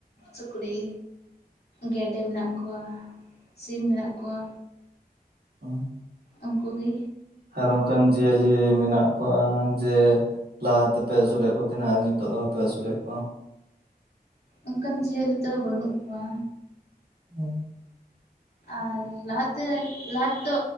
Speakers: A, on the left; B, on the right.
A: ᱥᱩᱠᱨᱤ ᱜᱮᱰᱮ ᱢᱮᱱᱟᱜ ᱠᱚᱣᱟ ᱥᱤᱢ ᱢᱮᱱᱟᱜ ᱠᱚᱣᱟ
B: ᱚᱸ
A: ᱩᱱᱠᱩ ᱜᱮ
B: ᱟᱨ ᱚᱝᱠᱟᱱ ᱡᱤᱭᱟᱹᱞᱤ ᱡᱮ ᱢᱮᱱᱟᱜ ᱠᱚᱣᱟ ᱡᱮ ᱞᱟᱦᱟ ᱛᱮᱯᱮ ᱟᱹᱥᱩᱞᱮᱫ ᱠᱚ ᱛᱟᱦᱮᱱᱟ ᱟᱨ ᱱᱤᱛᱚᱜ ᱫᱚ ᱵᱟᱯᱮ ᱟᱹᱥᱩᱞᱮᱫ ᱠᱚᱣᱟ᱾
A: ᱚᱱᱠᱟᱱ ᱡᱤᱭᱟᱹᱞᱤ ᱫᱚ ᱵᱟᱹᱱᱩᱜ ᱠᱚᱣᱟ
B: ᱦᱩᱸ
A: ᱟᱨ ᱞᱟᱦᱟᱛᱮ ᱞᱟᱦᱟ ᱛᱮᱫᱚ